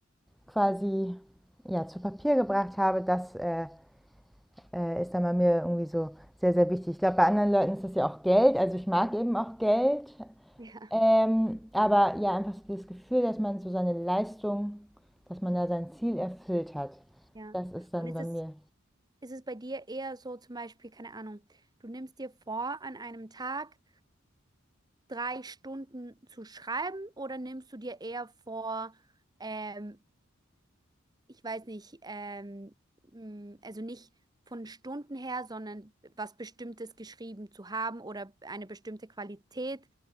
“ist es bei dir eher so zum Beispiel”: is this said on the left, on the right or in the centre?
Right